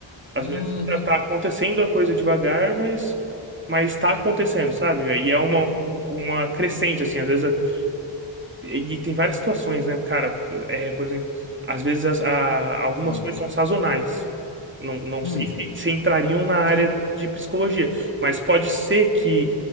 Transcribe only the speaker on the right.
Às
vezes tá tá acontecendo a coisa devagar, mas, mas tá acontecendo, sabe? E é uma,
um- uma crescente, assim, às vezes. E, e tem várias situações, né, cara? É, por exemplo, às vezes as- a- algumas
coisas são sazonais. Não, não
sei se, se entrariam na área
de psicologia, mas pode ser que